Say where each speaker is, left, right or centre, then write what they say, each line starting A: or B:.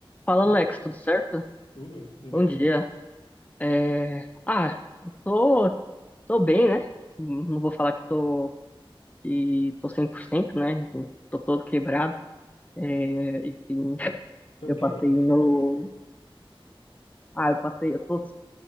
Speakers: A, on the left; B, on the left.
A: Fala
B: Bom dia,
A: Alex,
B: Matheus.
A: tudo certo?
B: Tudo? Beleza?
A: Bom dia. É, Ah, eu tô, tô bem, né? Não vou falar que tô, que tô 100%, né? Enfim, Tô todo quebrado. É, Enfim, <laughs>
B: Tudo
A: eu
B: quebrado,
A: passei
B: o que
A: no...
B: que aconteceu?
A: Ah, eu passei... Eu tô,